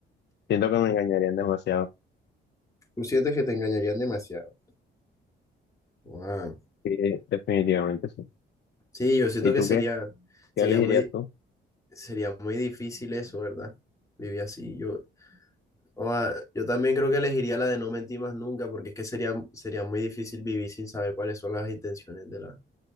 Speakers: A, on the left; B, on the left.
A: Siento que me engañarían demasiado.
B: ¿Tú sientes que te engañarían demasiado? Wow.
A: Sí, definitivamente sí.
B: Sí, yo siento
A: ¿Y tú
B: que sería,
A: qué?
B: sería
A: ¿Qué elegirías
B: muy,
A: tú?
B: sería muy difícil eso, ¿verdad? Vivir así. Yo, ah, yo también creo que elegiría la de no mentir más nunca porque es que sería, sería muy difícil vivir sin saber cuáles son las intenciones de la,